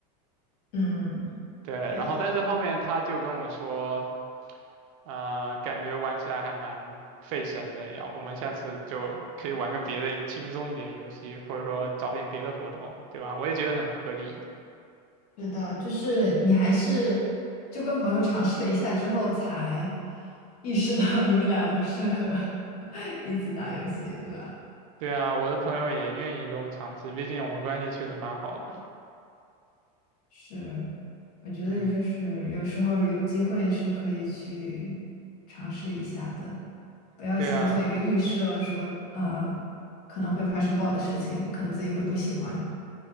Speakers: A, on the left (about 70°); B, on the right (about 55°).
A: 嗯，
B: 对，
A: 对，
B: 然后但是后面他就跟我说。啊、感觉玩起来还蛮费神的呀。我们下次就可以玩个别的轻松一点游戏，或者说找点别的活动，对吧？我也觉得很合理。
A: 知道，就是你还是就跟朋友尝试了一下之后，才意识到你们俩不适合 <laughs> 一起打游戏，对吧？
B: 对啊，我的朋友也愿意跟我尝试，毕竟我们关系确实蛮好的嘛。
A: 是，我觉得就是有时候有机会是可以去
B: 嗯，
A: 尝试一下的，不要先做一个预设说，
B: 对啊，
A: 呃，可能会发生不好的事情，可能自己会不喜欢。